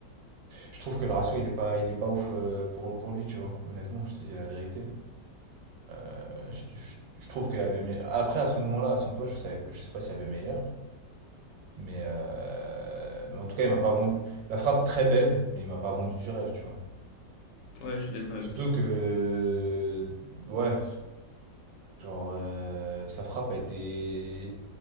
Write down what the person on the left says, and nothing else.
Ouais, je suis d'accord avec
toi.